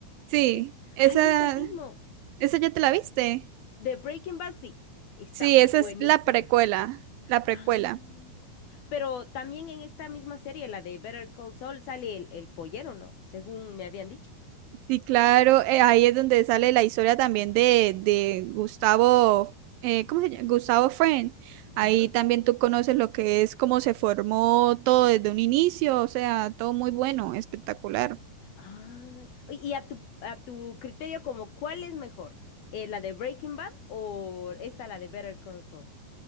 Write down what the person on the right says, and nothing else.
Sí,
esa,
esa ya te la viste.
Sí,
esa es la precuela, la precuela.
Sí, claro, eh, ahí es donde sale la historia también de, de Gustavo, eh, ¿cómo se llama? Gustavo Friend. Ahí
también tú conoces lo que es cómo se formó todo desde un inicio, o sea, todo muy bueno, espectacular.